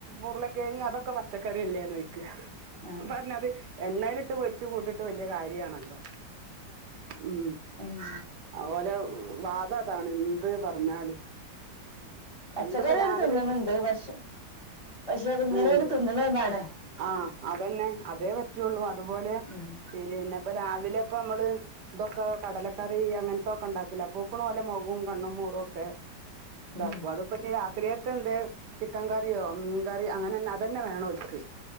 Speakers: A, on the right; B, on the left.
A: ഉരുളക്കിഴങ്ങ് അതൊക്കെ പച്ചക്കറി അല്ലേന്ന് ചോദിക്കുവാ
B: ആഹ്
A: അപ്പൊ പറഞ്ഞത് എണ്ണയിലിട്ട് പൊരിച്ച് കൂട്ടിട്ട് വലിയ കാര്യമാണല്ലോ ഉം
B: മം
A: ഓറെ വാദം അതാണ് എന്ത് പറഞ്ഞാലും
B: പച്ചക്കറി
A: എന്താപ്പൊ രാവിലെ
B: ഓല് തിന്ന്ണണ്ട് പക്ഷെ പക്ഷെ അതിങ്ങനെയാണ്
A: ആഹ്
B: തിന്ന്ണതാണ്
A: ആഹ് ആ അതന്നെ അതേ പറ്റുള്ളൂ അതുപോലെ
B: ഉം
A: പിന്നെ എപ്പോ രാവിലെ ഇപ്പോ നമ്മള് ഇതൊക്ക കടലക് കറി അങ്ങനത്തൊക്കെ ഉണ്ടാക്കൂലെ. അപ്പൊക്കണ് ഓലെ മുഖവും കണ്ണും മോറും ഒക്കെ ഇതാകും
B: ഉം
A: അതിപ്പോ ഇനി രാത്രിക്ക് എന്താ ചിക്കൻ കറിയോ, മീൻ കറിയോ അങ്ങനെന്നെ അതന്നെ വേണം ഓർക്.